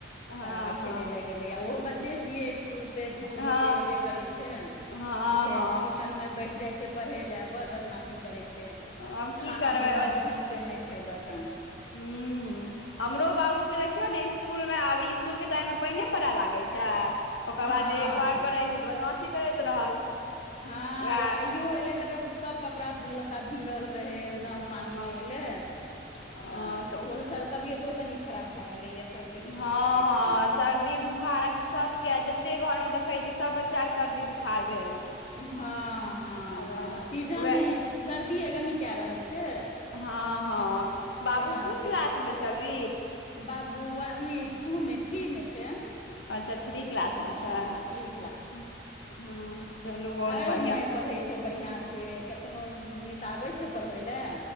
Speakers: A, on the left (about 80°); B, on the left (about 35°).
A: हँ
B: त
A: हँ
B: खेले ले गेलेयै ओहो बच्चे छियै इसकुलसँ दू
A: हँ
B: बजे अबे करै छै आ
A: हँ
B: फेर
A: हँ
B: टिशनमे बैठ जाइ छै पढ़े लै बड़ बदमाशी करै छै
A: आब की
B: खाना-पीना
A: करबै
B: भी ढंग से नहि खैलक
A: हू ह हमरो बाबू के देखियौ ने इसकुल मे आब इसकूल के टाइम में पइने पड़े लागे छै। ओकर
B: हँ
A: बाद घर पर रहे छै। तऽ बदमाशी करैत रहल।
B: हँ
A: वएह
B: आई आइयो एले तऽ सब कपड़ा लत्ता भींगल रहे एकदम
A: हँ
B: पानी मे एले
A: हँ
B: त
A: तऽ
B: ओहो सर तबियतो कनि खराब भए गेलै यै सर्दी जैसन
A: हँ
B: लागै
A: हँ
B: छै।
A: सर्दी बुक बुखार अभी सब के जते घर में देखे छी सब बच्चा के सर्दी बुखार भेल छै
B: हँ हँ
A: ताहि दुआरे
B: हँ सीजन
A: उएह
B: जे ई सर्दी-गर्मी कए रहल छै
A: हँ हँ बाबू
B: तें
A: कोन
B: से
A: क्लास मे छ अभी
B: बाबू अभी टू मे थ्री मे छै
A: अच्छा थ्री क्लासमे
B: हँ
A: छै
B: थ्री
A: हँ चलू बहुत
B: अ
A: बढ़िआँ
B: नहि पढ़ै छै बढ़िआँ से केतनो मिस आबै छै पढ़बै लै